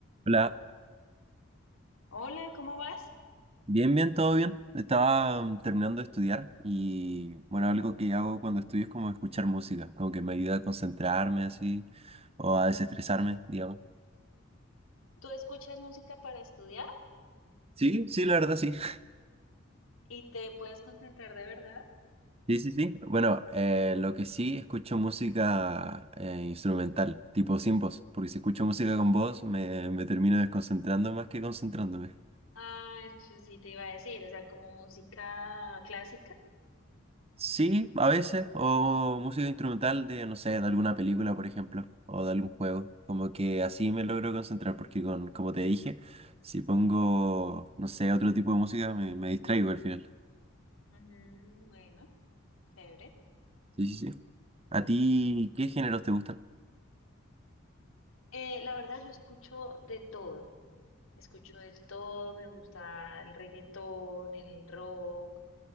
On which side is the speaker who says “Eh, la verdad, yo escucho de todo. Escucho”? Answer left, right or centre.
Left